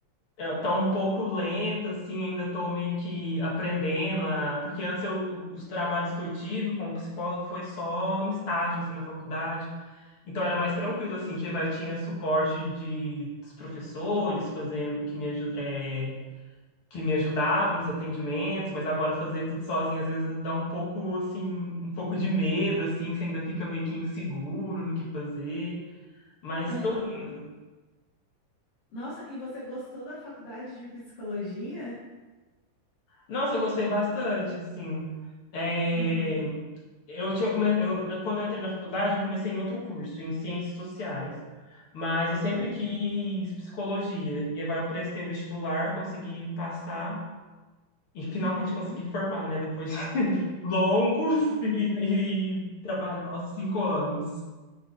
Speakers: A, on the left; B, on the left.
A: é, tá um pouco lenta, assim, ainda tô meio que aprendendo a... Porque antes eu, os trabalhos que eu tive como psicólogo foi só em estágio, assim, na faculdade. Então era mais tranquilo, assim, que vai, tinha suporte de, dos professores fazendo, que me, aju- é, que me ajudavam nos atendimentos, mas agora fazer tudo sozinho às vezes dá um pouco, assim, um pouco de medo, assim, você ainda fica meio que inseguro no que fazer, mas
B: aham.
A: tô indo.
B: Nossa, e você gostou da faculdade de psicologia?
A: Nossa, eu gostei bastante, assim. É,
B: Uhum,
A: Eu tinha come... eu, quando eu entrei na faculdade, eu comecei em outro curso, em ciências sociais. Mas eu sempre
B: uhum,
A: quis psicologia. E aí eu prestei o vestibular, consegui passar e finalmente
B: uhum.
A: consegui formar, né? Depois de <laughs> longos e, e trabalhosos cinco anos.